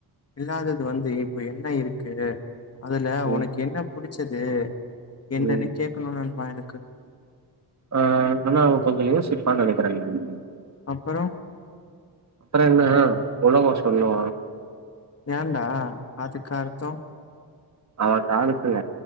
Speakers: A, on the left; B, on the right.
A: இல்லாதது வந்து இப்ப என்ன இருக்கு அதுல
B: ம்
A: உனக்கு என்ன புடிச்சது என்னன்னு
B: ம்
A: கேக்கணு நண்பா எனக்கு
B: ஆ ஆனா அவ கொஞ்சோ யோசிப்பான் நெனைக்கிற நண்
A: அப்பறோ
B: அப்பறோ என்ன உலகோ சொல்லுவா
A: ஏன்டா அதுக்கு அர்த்தோ
B: அவ காலத்துல